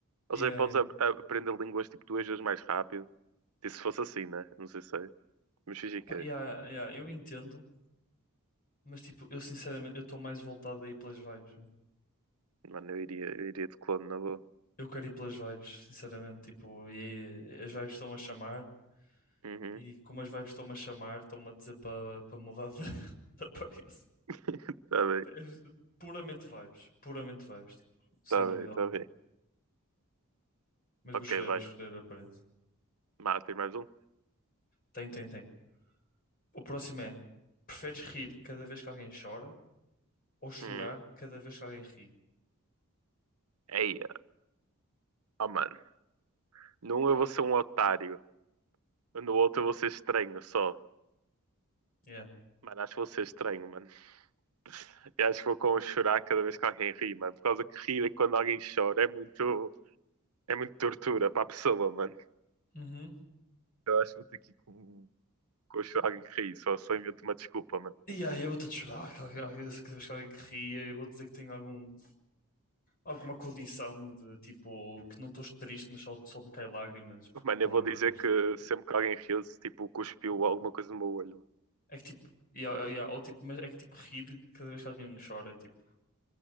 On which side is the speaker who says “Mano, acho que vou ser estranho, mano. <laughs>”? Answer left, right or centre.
Right